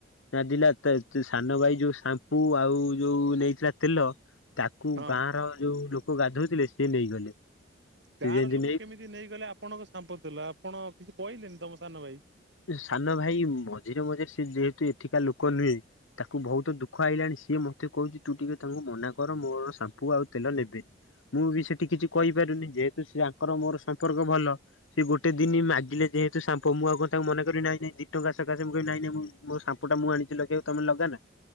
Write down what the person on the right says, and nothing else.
ହଁ
ଗାଁ
ର ଲୋକ କେମିତି ନେଇଗଲେ ଆପଣଙ୍କ ସାମ୍ପ ତେଲ ଆପଣ କିଛି କହିଲେନି ତମ ସାନ ଭାଇ